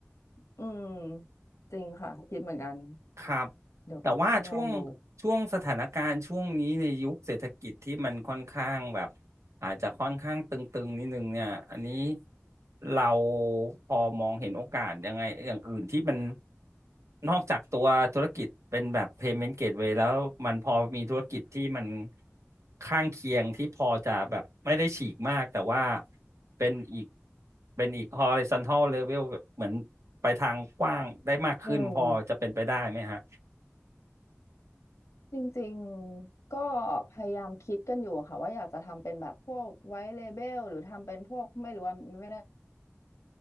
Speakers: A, on the left (about 85°); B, on the right (about 85°).
A: อืมจริงค่ะคิดเหมือนกัน
B: ครับ
A: เดี๋ยวก็อาจจะต้องลองดู
B: แต่ว่าช่วงช่วงสถานการณ์ช่วงนี้ในยุคเศรษฐกิจที่มันค่อนข้างแบบ อาจจะค่อนข้างตึงๆนิดนึงเนี่ย อันนี้เราพอมองเห็นโอกาสยังไงอย่างอื่นที่มันนอกจากตัวธุรกิจเป็นแบบ payment gateway แล้วมันพอมีธุรกิจที่มันข้างเคียงที่พอจะแบบไม่ได้ฉีกมากแต่ว่าเป็นอีกเป็นอีก horizontal level แบบเหมือนไปทางกว้างได้มากขึ้นพอจะเป็นไปได้ไหมฮะ
A: อืม จริงๆ ก็พยายามคิดกันอยู่ค่ะว่าอยากจะทำเป็นแบบพวกไวท์เลเบลหรือทำเป็นพวกไม่รู้ว่าไม่แน่